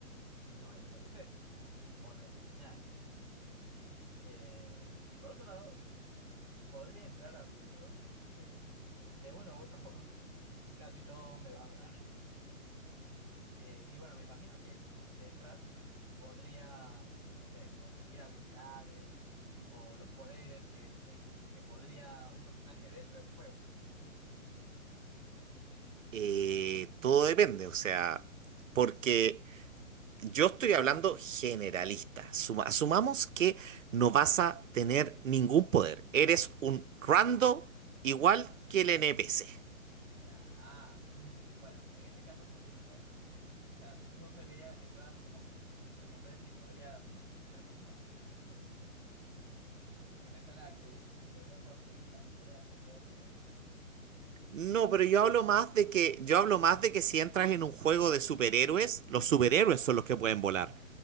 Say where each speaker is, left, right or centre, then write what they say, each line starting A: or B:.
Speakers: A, on the right (about 20°); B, on the right (about 65°).
A: no hay NPCs o no hay casi nada. Eh, y por otro lado, podría entrar a videojuegos que de una u otra forma <laughs> casi todo me va a matar. Eh, y bueno, me imagino que de entrar podría, no sé, conseguir habilidades o los poderes que, en, que podría un personaje dentro de ese juego.
B: Eh, todo depende, o sea, porque yo estoy hablando generalista. Suma- asumamos
A: Ya,
B: que no vas a tener ningún poder. Eres un rando igual que el NPC.
A: ya. Ah, mm, bueno, en ese caso, por ejemplo, o sea, no serviría entrar a Pokémon, porque entonces ni podría <laughs> tener Pokémones, porque me suena a que ni podría conseguir las Pokébolas porque todos me darían.
B: No, pero yo hablo más de que, yo hablo más de que si entras en un juego de superhéroes, los superhéroes
A: Ya,
B: son los que pueden volar.